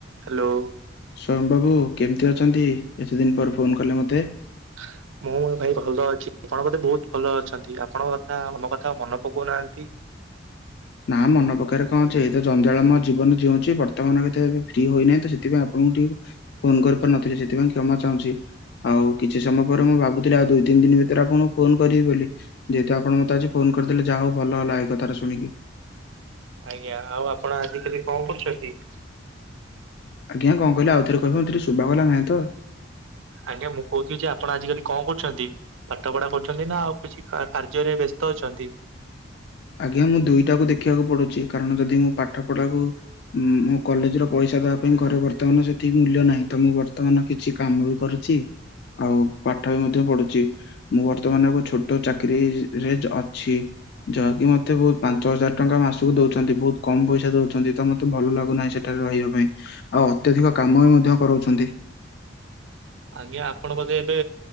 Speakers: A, on the right (about 80°); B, on the left (about 55°).
A: Hello.
B: Swayam ବାବୁ କେମିତି ଅଛନ୍ତି ଏତେ ଦିନ ପରେ ଫୋନ କଲେ ମୋତେ?
A: ହ ମୁଁ ଭାଇ ଭଲ ଅଛି ଆପଣ ବଧେ ବହୁତ ଭଲ ଅଛନ୍ତି ଆପଣଙ୍କ କଥା ଆମ କଥା ମନେ ପକଉନାହାଁନ୍ତି।
B: ନା ମନେ ପକେଇବାରେ କଣ ଅଛି ଏଇ ତ ଜଞ୍ଜାଳ ମୟ ଜୀବନ ଜିଉଞ୍ଚି ବର୍ତ୍ତମାନ ବି ଏତେ ଏବେ ଫ୍ରି ହୋଇନାହିଁ ତ ସେଥିପାଇଁ ଆପଣଙ୍କୁ ଟିକ ଫୋନ କରିପାରୁନଥିଲି ସେଥିପାଇଁ କ୍ଷମା ଚାହୁଁଛି। ଆଉ କିଛି ସମୟ ପରେ ମୁଁ ଭାବୁଥିଲି ଆଉ ଦୁଇ ତିନି ଦିନ ଭିତରେ ଆପଣଂକୁ ଫୋନ କରିବି ବୋଲି। ଯେହେତୁ ଆପଣ ମତେ ଆଜି ଫୋନ କରିଦଲେ ଜାହା ହଉ ଭଲ ହେଲା ଏଇ କଥାଟା ଶୁିଣିକି।
A: ଆଜ୍ଞା ଆଉ ଆପଣ ଆଜିିକାଲି କଣ କରୁଛନ୍ତି?
B: ଆଜ୍ଞା କଣ କହିଲେ ଆଉଥରେ କହିବେ ମତେ ଟିକେ ଶୁଭାଗଲାନାହିଁ ତ।
A: ଆଜ୍ଞା ମୁଁ କହୁଥିଲି ଯେ ଆପଣ ଆଜିକାଲି କଣ କରୁଛନ୍ତି? ପାଠ ପଢା କରୁଛନ୍ତି ନା ଆଉ କିଛି କାର୍ଯ୍ୟରେ ବ୍ୟସ୍ତ ଅଛନ୍ତି।
B: ଆଜ୍ଞା ମୁଁ ଦୁଇଟାକୁ ଦେଖିବାକୁ ପଡୁଛି କାରଣ ଯଦି ମୁଁ ପାଠ ପଢାକୁ ମୁଁ କଲେଜ ର ପଇସା ଦେବା ପାଇଁ ଘରେ ବର୍ତ୍ତମାନ ସେତିକି ମୂଲ୍ୟ ନାହିଁ ତ ମୁଁ ବର୍ତ୍ତମାନ କିଛି କାମ ବି କରୁଛି ଆଉ ପାଠ ବି ମଧ୍ୟ ପଢୁଛି। ମୁଁ ବର୍ତ୍ତମାନ ଏକ ଛୋଟ ଚାକିରିୀରେ ଅଛି। ଯାହାକି ମୋତେ ବହୁତ ପାଞ୍ଚ ହଜାର ଟଙ୍କା ମାସକୁ ଦଉଛନ୍ତି ବହୁତ କମ ପଇସା ଦଉଛନ୍ତି ତ ମତେ ଭଲ ଲାଗୁନାହିଁ ସେଠ ସେଠାରେ ରହିବା ପାଇଁ ଆଉ ଅତ୍ୟଧିକ କାମ ବି ମଧ୍ୟ କରଉଛନ୍ତି।
A: ଆଜ୍ଞା ଆପଣ ବୋଧେ ଏବେ